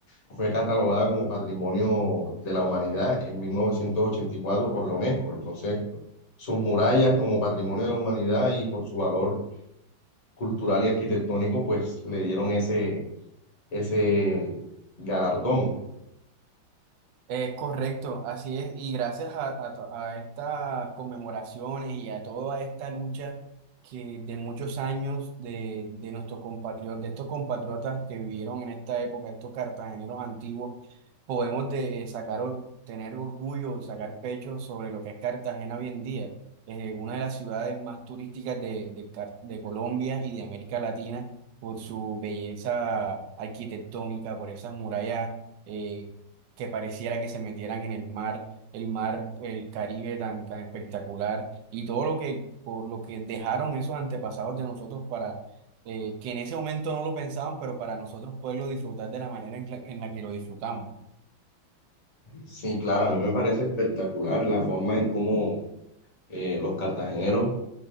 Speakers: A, on the left; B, on the right.
A: fue catalogada como Patrimonio de la Humanidad en 1984 por la UNESCO. Entonces, sus murallas como Patrimonio de la Humanidad y por su valor cultural y arquitectónico, pues le dieron ese, ese galardón.
B: Es correcto, así es, y gracias a, a to- a estas conmemoraciones y a toda esta lucha que de muchos años de, de nuestros compatriotas, de estos compatriotas que vivieron en esta época, estos cartageneros antiguos, podemos de, eh, sacar, or- tener orgullo, sacar pecho sobre lo que es Cartagena hoy en día, es una de las ciudades más turísticas de, de Car- de Colombia y de América Latina por su belleza arquitectónica, por esas murallas eh, que pareciera que se metieran en el mar, el mar, el Caribe tan, tan espectacular y todo lo que, por lo que dejaron esos antepasados de nosotros para eh, que en ese momento no lo pensaban, pero para nosotros poderlo disfrutar de la manera en la, en la que lo disfrutamos.
A: Sí, claro, a mí me parece espectacular la forma en cómo eh, los cartageneros